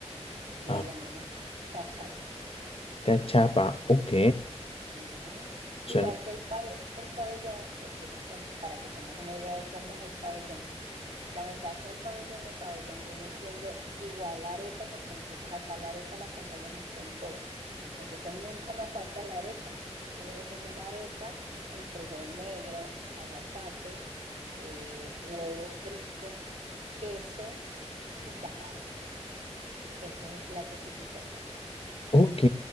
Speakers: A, on the right; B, on the left.
A: Le
B: Ah,
A: llamamos cachapa.
B: cachapa, ok.
A: Ujú.
B: Suena
A: Igual que el pabellón, el pabellón, te explico pa- para que tengas una idea de cómo es el pabellón. O sea, en el caso del pabellón, el pabellón viene siendo igual la arepa, porque nosotros acá la arepa la acompañamos con todo. Entonces nunca nos falta la arepa. Entonces, viene siendo la arepa, el frijol negro, aguacate, eh, huevo frito, queso y tajada. Ese es el plato típico acá.
B: Ok,